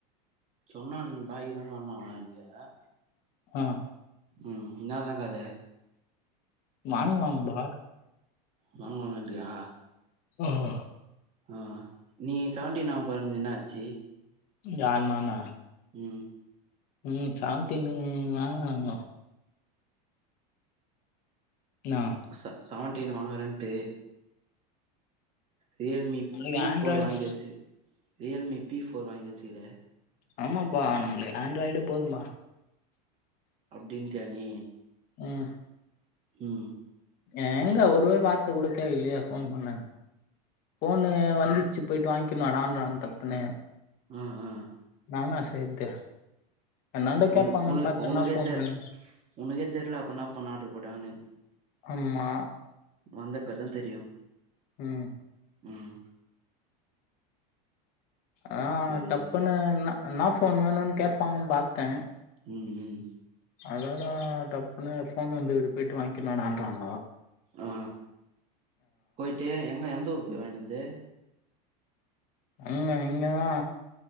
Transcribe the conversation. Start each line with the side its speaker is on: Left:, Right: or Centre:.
Right: சொன்னா பாதிதா சொன்ன அவ ஏண்டாயே
Left: ம்
Right: உம் என்னதா கத
Left: வாங்ககுவாங்க நண்பா
Right: வாங்க வாங்கன்றியா
Left: ம்
Right: ஆ நீ செவன்டீன் வாங்க போறன் என்ன ஆச்சு
Left: யாரு நானா
Right: ம்
Left: ம் செவேன்டீனு வங்குவாங்க ஆ
Right: ச சவன்டீன் வாங்கறன்ட்டு ரியல்மி
Left: நம்மளுக்கு
Right: பி
Left: ஆண்ட்ராய்டு
Right: ஃபோர் வாங்கி வெச்சு ரியல்மி பி ஃபோர் வாங்கி வெச்சிற
Left: ஆமாம்பா நம்ப்ளுக்கு ஆண்ட்ராய்டு போதும்பா
Right: அப்டின்டியா நீ
Left: ம்
Right: ம்
Left: எங்க ஒருவ் வார்த்த கூட கேக்கலியே ஃபோன் பண்ணனு ஃபோனு வந்துச்சு போய்ட்டு வாய்ங்கின் வாடான்றாங்க டப்புனு
Right: அ அ
Left: நானா செய்து என்னாண்ட
Right: உன
Left: கேப்பாங்கன்னு
Right: உன
Left: பாத்தன்னா
Right: உனக்கே
Left: ஃபோன்
Right: தெ
Left: வேணு
Right: உனக்கே தெர்ல அப்ப இனா ஃபோன் ஆட்ரு போட்டாங்கனு
Left: ஆமா
Right: வந்தப்பர் தா தெரியு
Left: ம்
Right: ம்
Left: அ
Right: சரி
Left: டப்புனு ந இனா ஃபோனு வேணுன் கேப்பாங்கன் பாத்தே
Right: ம் ம்
Left: அதோட டப்புனு ஃபோன் வந்துகிது போய்ட்டு வாய்ங்கின்வாடான்றாங்கோ
Right: அ போய்ட்டு எங்க எந்த ஊரு போய் வாய்ன்வந்து
Left: அங்க இங்கதா